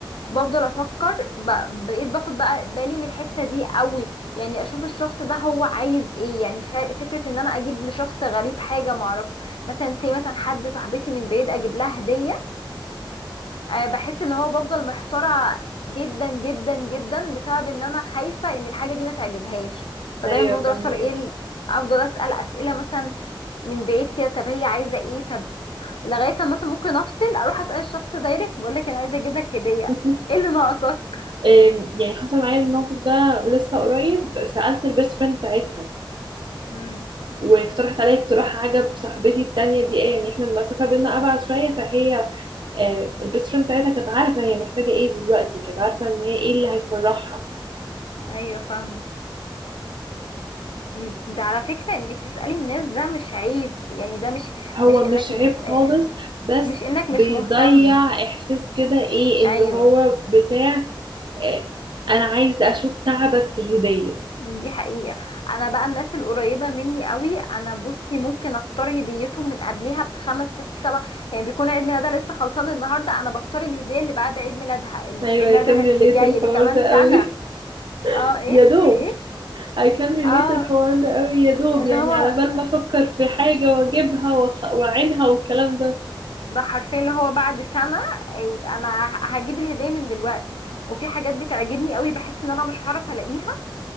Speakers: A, on the left; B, on the right.
A: بفضل افكر ب... بقيت باخد بقى بالي من الحتة دي قوي يعني اشوف الشخص ده هو عايز ايه يعني ف... فكرة ان انا اجيب لشخص غريب حاجة معرف مثلا سي مثلا حد صاحبتي من بعيد اجيب لها هدية آه، بحس اللي هو بفضل محتارة جدا جدا جدا بسبب ان انا خايفة ان الحاجة دي ما تعجبهاش فدايما
B: ايوه
A: بفضل
B: فهمك
A: اختار ايه ال- افضل اسأل اسئلة مثلا من بعيد كده طب هي عايزة ايه طب لغاية ما مثلا ممكن افصل اروح اسأل الشخص دايركت بقول لك انا عايزة اجيب لك هدية
B: <laughs>
A: ايه اللي ناقصك
B: أم، يعني حصل معايا الموقف ده لسه قريب سألت البيست فريند بتاعتها
A: امم
B: واقترحت عليا اقتراح عجب صاحبتي التانية دي ايه يعني احنا المسافة بينا أبعد شوية فهي آه، البيست فريند بتاعتها كانت عارفه هي محتاجه ايه دلوقتي كانت عارفه ان هي ايه اللي هيفرحها
A: ايوه فاهمة مم، ده على فكرة انك تسألي الناس ده مش عيب يعني ده مش
B: هو
A: مش انك
B: مش
A: م-
B: عيب
A: م-
B: خالص بس
A: مش انك مش
B: بيضيع
A: مهتم
B: احساس كده ايه
A: ايوه
B: اللي هو بتاع آه، انا عايز اشوف تعبك في الهديه
A: دي حقيقة انا بقى الناس القريبة مني قوي انا بصي ممكن اختار هديتهم من قبلها بخمس ست سبع يعني بيكون عيد ميلادها لسه خلصان النهاردة انا بختار الهدية اللي بعد عيد ميلادها اللي
B: ايوه
A: عيد ميلادها
B: I can relate
A: اللي جاي
B: الحوار
A: اللي كمان
B: ده
A: سنة
B: قوي <laughs>
A: اه ايه
B: يا دوب
A: تقولي ايه
B: I can relate
A: اه
B: الحوار ده قوي يا دوب
A: اللي
B: يعني
A: هو
B: على بال ما افكر في حاجه واجيبها وأخ- واعينها والكلام ده
A: ده حرفيا اللي هو بعد سنة يبقى انا هجيب الهدية من دلوقتي وفي حاجات بتعجبني قوي بحس ان انا مش هعرف الاقيها